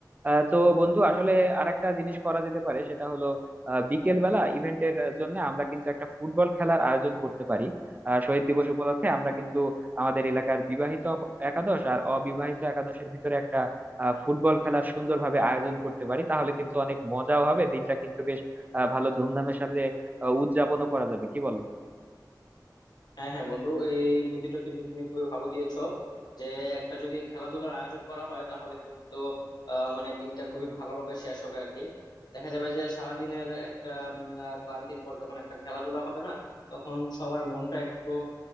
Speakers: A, on the right (about 20°); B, on the left (about 70°).
A: আহ, তো বন্ধু আসলে আরেকটা জিনিস করা যেতে পারে সেটা হলো বিকেল বেলা ইভেন্টের জন্য আমরা কিন্তু একটা ফুটবল খেলার আয়োজন করতে পারি আহ, শহীদ দিবস উপলক্ষে আমরা কিন্তু আমাদের এলাকার বিবাহিত অপ- একাদশ আর অবিবাহিত একাদশের ভিতরে একটা আহ, ফুটবল খেলার সুন্দরভাবে আয়োজন করতে পারি তাহলে কিন্তু অনেক মজাও হবে দিনটা কিন্তু বেশ আহ, ভালো ধুমধামের সাথে আহ, উদযাপনও করা যাবে কি বলো
B: হ্যাঁ হ্যাঁ বন্ধু এই বুদ্ধিটা কিন্তু তুমি খুবই ভালো দিয়েছো যে একটা যদি খেলাধুলার আয়োজন করা হয় তাহলে কিন্তু আহ, মানে দিনটা খুবই ভালোভাবে শেষ হবে আর কি দেখা যাবে যে সারাদিনের একটা উম, আহ, ক্লান্তির পর যখন একটা খেলাধুলা হবে না তখন সবার মনটা একটু